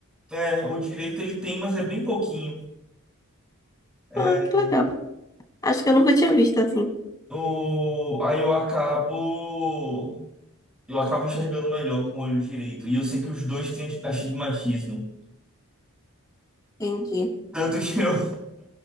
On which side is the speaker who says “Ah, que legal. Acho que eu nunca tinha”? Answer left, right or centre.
Left